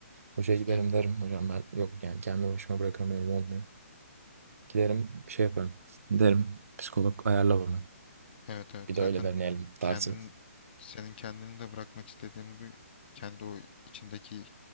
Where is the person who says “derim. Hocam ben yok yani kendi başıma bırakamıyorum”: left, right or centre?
Right